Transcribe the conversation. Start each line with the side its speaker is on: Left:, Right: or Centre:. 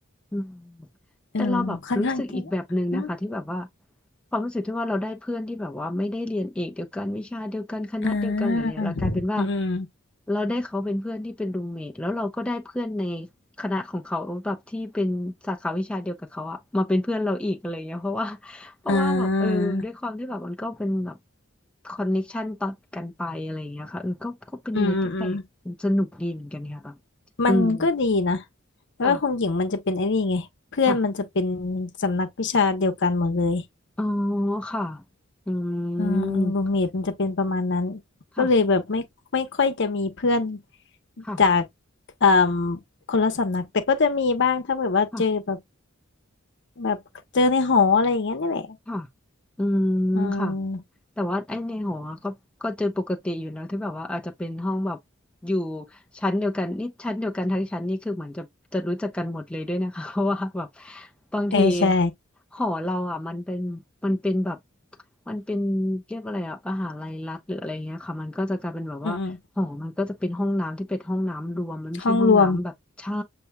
Centre: อืม
Left: เออค่อนข้างที่
Centre: แต่เราแบบรู้สึกอีกแบบหนึ่งนะคะที่แบบว่า
Left: อืม
Centre: ความรู้สึกที่ว่าเราได้เพื่อนที่แบบว่าไม่ได้เรียนเอกเดียวกันวิชาเดียวกันคณะเดียวกันหรืออะไรเรากลายเป็นว่า
Left: อ่าอืมอืม
Centre: เราได้เขาเป็นเพื่อนที่เป็นรูมเมทแล้วเราก็ได้เพื่อนในคณะของเขาแบบที่เป็นสาขาวิชาเดียวกับเขาอะมาเป็นเพื่อนเราอีกอะไรเงี้ยเพราะว่าเพราะว่าแบบเออด้วยความที่แบบมันก็เป็นแบบ
Left: อ่า
Centre: คอนเน็กชันต่อกันไปอะไรเงี้ยค่ะเออก็ก็เป็นอะไรที่แปลกสนุกดีเหมือนกันค่ะแบบ
Left: อืมอืมอืม
Centre: อืม
Left: มันก็ดีนะแต่ว่าคงหญิงมันจะเป็นไอ้นี่ไงเพื่อนมันจะเป็น
Centre: ค่ะ
Left: สำนักวิชาเดียวกันหมดเลย
Centre: อ๋อค่ะอื
Left: อืมรูมเมทมันจะเป็นประมาณนั้น
Centre: มค่ะ
Left: ก็เลยแบบไม่ไม่ค่อยจะมีเพื่อน
Centre: ค่ะ
Left: จากเอ่มคนละสำนักแต่ก็จะมีบ้างถ้าแบบว่าเจอแบบ
Centre: ค่ะ
Left: แบบเจอในหออะไรอย่างเงี้ยนี่แหละ
Centre: ค่ะอืม
Left: อืม
Centre: ค่ะแต่ว่าไอ้ในหอก็ก็เจอปกติอยู่แล้วที่แบบว่าอาจจะเป็นห้องแบบอยู่ชั้นเดียวกันนี่ชั้นเดียวกันทั้งชั้นนี่คือเหมือนจะจะรู้จักกันหมดเลยด้วยนะคะ <laughs> เพราะว่าแบบบางที
Left: เออใช่
Centre: หอเราอ่ะมันเป็นมันเป็นแบบมันเป็นเรียกอะไรอ่ะมหาลัยรัฐหรืออะไรเงี้ยค่ะมันก็จะกลายเป็นแบบว่าหอมันก็จะเป็นห้องน้ำที่เป็นห้องน้ำรวมมันไม่ใช่ห้องน้ำแบบใช่
Left: อืมอืมห้องรวม